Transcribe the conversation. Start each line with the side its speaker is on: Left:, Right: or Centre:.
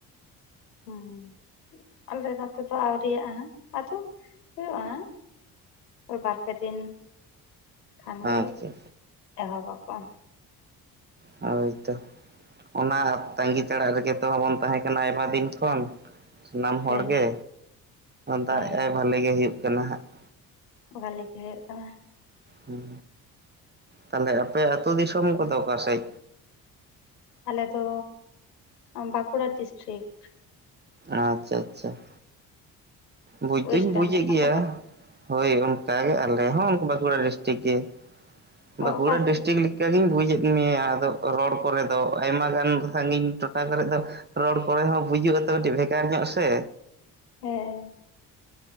Left: ᱦᱚᱸ ᱟᱞᱮ ᱱᱚᱛᱮ ᱫᱚ ᱟᱹᱣᱨᱤᱟᱜᱼᱟ ᱦᱟᱸᱜ ᱟᱫᱚ ᱦᱩᱭᱩᱜᱼᱟ ᱾ ᱳᱭ ᱵᱟᱨ ᱯᱮ ᱫᱤᱱ ᱠᱷᱟᱱ
Right: ᱟᱪᱪᱷᱟ
Left: ᱜᱮ
Right: ᱟᱪᱪᱷᱟ
Left: ᱮᱦᱚᱵ ᱟᱠᱚ ᱾
Right: ᱦᱳᱭ ᱛᱚ ᱚᱱᱟ ᱛᱟᱺᱜᱤ ᱛᱟᱲᱟᱜ ᱨᱮᱜᱮ ᱛᱚᱵᱚᱱ ᱛᱟᱦᱮᱸ ᱠᱟᱱᱟ ᱟᱭᱢᱟ ᱫᱤᱱ ᱠᱷᱚᱱ ᱾ ᱥᱟᱱᱟᱢ ᱦᱚᱲ
Left: ᱦᱮᱸ
Right: ᱜᱮ ᱫᱟᱜ
Left: ᱦᱮᱸ
Right: ᱟᱭ ᱵᱷᱟᱞᱤ ᱜᱮ ᱦᱩᱭᱩᱜ ᱠᱟᱱᱟ ᱦᱟᱸᱜ ᱾
Left: ᱵᱷᱟᱞᱤ ᱜᱮ ᱦᱩᱭᱩᱜ ᱠᱟᱱᱟ ᱾
Right: ᱦᱩᱸ ᱛᱟᱦᱚᱞᱮ ᱟᱯᱮ ᱟᱹᱛᱩ ᱫᱤᱥᱚᱢ ᱠᱚᱫᱚ ᱥᱮᱡ?
Left: ᱟᱞᱮ ᱫᱚ ᱵᱟᱸᱠᱩᱲᱟ ᱰᱤᱥᱴᱤᱨᱤᱠ ᱾
Right: ᱟᱪᱪᱷᱟ ᱟᱪᱪᱷᱟ ᱾ ᱵᱩᱡᱽ
Left: ᱳᱭᱮᱥᱴ
Right: ᱫᱩᱧ ᱵᱩᱡᱮᱫ
Left: ᱵᱮᱝᱜᱚᱞ
Right: ᱜᱮᱭᱟ
Left: ᱟᱯᱮ ᱫᱚ
Right: ᱾ ᱦᱳᱭ ᱚᱱᱠᱟ ᱜᱮ ᱟᱞᱮ ᱦᱚᱸ ᱵᱟᱸᱠᱩᱲᱟ ᱰᱤᱥᱴᱤᱠ ᱜᱮ, ᱵᱟᱸᱠᱩᱲᱟ
Left: ᱚ ᱚᱠᱟ ᱥᱮᱫ
Right: ᱰᱤᱥᱴᱤᱠ ᱤᱱᱠᱟᱹᱜᱤᱧ ᱵᱩᱡᱮᱫ ᱢᱮᱭᱟ ᱟᱫᱚ ᱨᱚᱲ ᱠᱚᱨᱮ ᱛᱚ ᱟᱭᱢᱟ ᱜᱟᱱ ᱥᱟᱺᱜᱤᱧ ᱴᱚᱴᱷᱟ ᱠᱚᱨᱮ ᱫᱚ ᱨᱚᱲ ᱠᱚᱨᱮ ᱦᱚᱸ ᱵᱩᱡᱩᱜᱼᱟ ᱛᱚ ᱟᱹᱰᱤ ᱵᱷᱮᱜᱟᱨ ᱧᱚᱜ ᱥᱮ,
Left: ᱦᱮᱸ ᱾